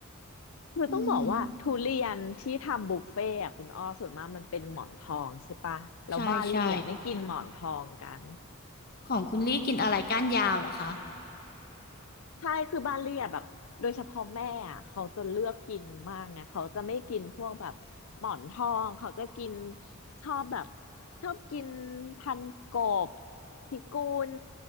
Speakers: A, on the left (about 70°); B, on the left (about 45°).
A: คือต้องบอกว่าทุเรียนที่ทำบุฟเฟ่อะคุณอ้อส่วนมากมันเป็นหมอนทองใช่ปะแล้วบ้านเลี่ยไม่กินหมอนทองกัน
B: อือหือใช่ใช่ของคุณลี่กินอะไรก้านยาวเหรอคะ
A: ใช่คือบ้านเรียบแบบโดยเฉพาะแม่อะเขาจะเลือกกินมากไงเขาจะไม่กินพวกแบบหมอนทองเขาจะกินชอบแบบชอบกินพันกบพิกุล